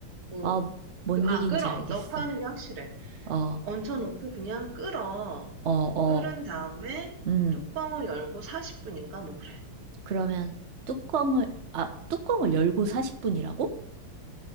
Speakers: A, on the right; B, on the right.
A: 뭐,
B: 어, 뭔
A: 그- 아,
B: 얘기인지
A: 끓어.
B: 알겠어.
A: 넣고 하는 게 확실해.
B: 어,
A: 얹혀놓고 그냥 끓어.
B: 어, 어.
A: 끓은 다음에
B: 음,
A: 뚜껑을 열고 40분인가? 뭐 그래.
B: 그러면
A: 응,
B: 뚜껑을, 아, 뚜껑을 열고 40분이라고?